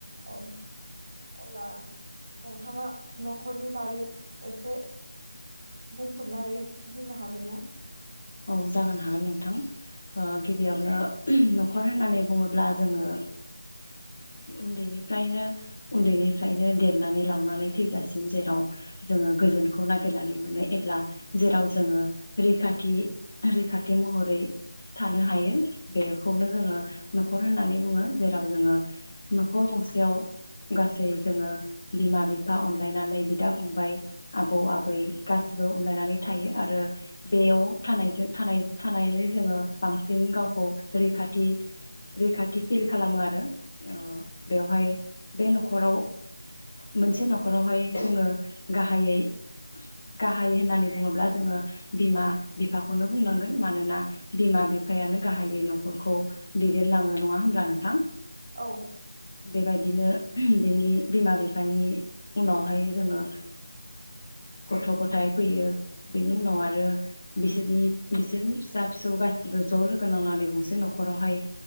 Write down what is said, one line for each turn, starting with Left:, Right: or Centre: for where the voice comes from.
Right: औ, अब्ला नोंथाङा न'खरनि बारै एसे बुंफोरनानै होनो हागोन ना?
Left: औ जागोन हागोन नोंथां। ओ गिबियावनो न'खर होननानै बुङोब्ला जोङो उन्दैनिफ्रायनो उन्दैनिफ्रायनो देरनानै लावनानै थैजासिम जेराव जोङो गोजोनखौ नागिरनानै मोनो एब्ला जेराव जोङो रैखाथि रैखाथि महरै थानो हायो, बेखौनो जोङो न'खर होननानै बुङो जेराव जोङो न'खर गंसेयाव गासै जोङो बिमा बिफा अनलायनानै बिदा फंबाय आबौ आबै गासैबो अनलायनानै थायो आरो बेव थानायजों थानाय थानाय जोङो बांसिन गावखौ रैखाथि रैखाथि फिल खालामो आरो बेवहाय बे न'खराव मोनसे न'खरावहाय जोङो गाहायै गाहाइ होननानै बुङोब्ला जोङो बिमा बिफाखौनो बुंनांगोन मानोना बिमा बिफायानो गाहायै न'खरखौ दैदेनलाङो नङा होमब्ला नोंथां?
Right: औ ।
Left: बेबादिनो बेनि बिमा बिफानि उनावहाय जोङो गथ' गथाय फैयो बेनि उनाव आरो बिसोरनि बिसोरनि फिसा फिसौ गासिबो ज' लोगो नांनानै गंसे न'खरावहाय